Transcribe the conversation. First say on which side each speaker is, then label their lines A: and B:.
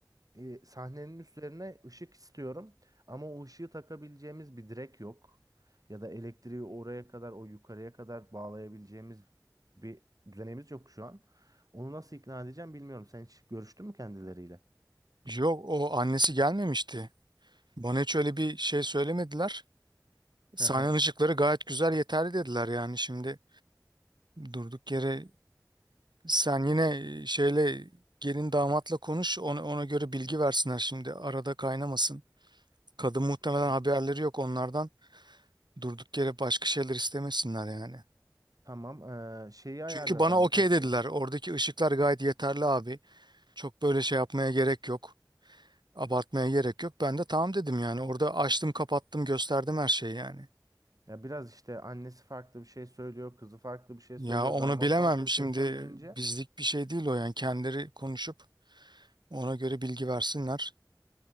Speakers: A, on the right (about 55°); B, on the right (about 85°).
A: e, sahnenin üzerine ışık istiyorum ama o ışığı takabileceğimiz bir direk yok. Ya da elektriği oraya kadar o yukarıya kadar bağlayabileceğimiz bir düzenimiz yok şu an. Onu nasıl ikna edeceğim bilmiyorum. Sen hiç görüştün mü kendileriyle?
B: Yok o annesi gelmemişti. Bana hiç öyle bir şey söylemediler.
A: Hı
B: Sahne
A: hı.
B: ışıkları gayet güzel yeterli dediler yani şimdi durduk yere Sen yine şeyle gelin damatla konuş ona, ona göre bilgi versinler şimdi arada kaynamasın. Kadın muhtemelen
A: Ta-
B: haberleri yok onlardan. Durduk yere başka şeyler istemesinler yani.
A: Tamam. Ee, şeyi ayarladın
B: Çünkü bana
A: mı
B: okey
A: peki?
B: dediler. Oradaki ışıklar gayet yeterli abi. Çok böyle şey yapmaya gerek yok. Abartmaya gerek yok. Ben de tamam dedim yani. Orada açtım kapattım gösterdim her şeyi yani.
A: Ya biraz işte annesi farklı bir şey söylüyor, kızı farklı bir şey
B: Ya
A: söylüyor,
B: onu
A: damat
B: bilemem
A: farklı bir
B: şimdi
A: şey söyleyince
B: bizlik bir şey değil o yani. Kendileri konuşup ona göre bilgi versinler.